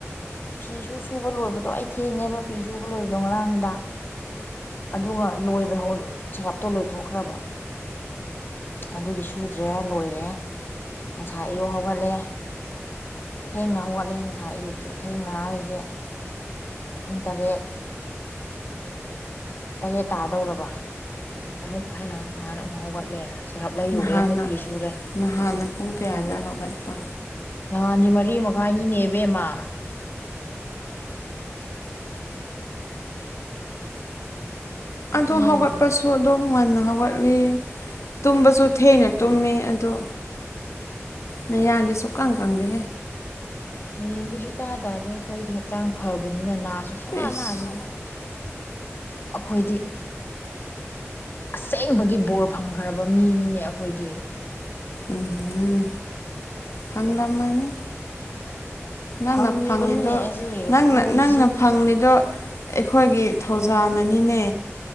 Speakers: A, on the left; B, on the left.
A: ꯐꯤꯁꯨ ꯁꯨꯕ ꯂꯣꯏꯕꯗꯣ ꯑꯩ ꯊꯦꯡꯉꯦꯕ ꯐꯤ ꯁꯨꯕ ꯂꯣꯏꯕꯗꯣ ꯉꯔꯥꯡꯗ ꯑꯗꯨꯒ ꯂꯣꯏꯕ ꯍꯧ ꯁꯔꯞꯇꯣ ꯂꯣꯏꯊꯣꯛꯈ꯭ꯔꯕ ꯑꯗꯨꯒꯤ ꯁꯨꯗ꯭ꯔꯦ ꯂꯣꯏꯔꯦ ꯉꯁꯥ ꯏꯌꯎ ꯍꯧ ꯍꯧꯒꯠꯂꯦ ꯊꯦꯡꯅ ꯍꯧꯒꯠꯂꯦ ꯉꯁꯥꯏ ꯑꯌꯨꯛꯁꯨ ꯊꯦꯡꯅ ꯍꯥꯏꯁꯦ ꯄꯨꯡ ꯇꯔꯦꯠ ꯇꯔꯦꯠ ꯇꯥꯗꯧꯔꯕ ꯇꯔꯨꯛ ꯍꯥꯏꯥꯏꯅ ꯁꯨꯃꯥꯏꯅ ꯑꯃꯨꯛ ꯍꯧꯒꯠꯂꯦ ꯁꯔꯞ ꯂꯩꯔꯨꯔꯦ
B: ꯅꯍꯥꯟꯅ
A: ꯑꯃꯨꯛ ꯐꯤ ꯁꯨꯔꯦ
B: ꯅꯍꯥꯟꯅ ꯄꯨꯡ ꯀꯌꯥꯗ ꯍꯧꯒꯠꯄ
A: ꯅꯍꯥꯟꯗꯤ ꯃꯔꯤ ꯃꯈꯥꯏꯅꯤꯅꯦꯕꯦꯝꯃ
B: ꯑꯗ
A: ꯇꯨꯝꯕ
B: ꯍꯒ
A: ꯌꯥꯗꯦ
B: ꯄꯁꯨ ꯑ ꯑꯗꯨ ꯉꯟꯅ ꯍꯧꯒꯠꯂꯤ ꯇꯨꯝꯕꯁꯨ ꯊꯦꯡꯅ ꯇꯨꯝꯃꯤ ꯑꯗꯣ ꯅ ꯍꯥꯏꯒ ꯁ ꯀꯪ ꯀꯪꯗ
A: ꯍꯌꯦꯡꯗꯤ ꯁꯨꯡ ꯀ ꯇꯥꯗ꯭ꯔꯦ ꯑꯩꯈꯣꯏꯗꯤ ꯍꯛꯆꯥꯡ ꯐꯕꯅꯤꯅ ꯅꯥꯠ ꯁ ꯁꯨꯃ
B: ꯏꯁ
A: ꯅꯥꯕꯤꯅꯤ ꯑꯩꯈꯣꯏꯗꯤ ꯑꯁꯦꯡꯕꯒꯤ ꯕꯣꯔ ꯐꯪꯈ꯭ꯔꯕ ꯃꯤꯅꯤꯅꯦ ꯑꯩꯈꯣꯏꯗꯤ
B: ꯎꯝꯝ ꯐꯪꯂꯝ ꯃꯥꯅꯤ ꯅꯪꯅ
A: ꯐꯪꯉꯤꯕꯅꯤꯅꯦ
B: ꯐꯪꯉꯦꯗꯣ
A: ꯑꯁꯤ
B: ꯅꯪꯅ
A: ꯎꯔꯤꯁꯤꯅꯤ
B: ꯅꯪꯅ ꯐꯪꯉꯗꯣ ꯑꯩꯈꯣꯏꯒꯤ ꯊꯧꯖꯥꯟꯅꯅꯤꯅꯦ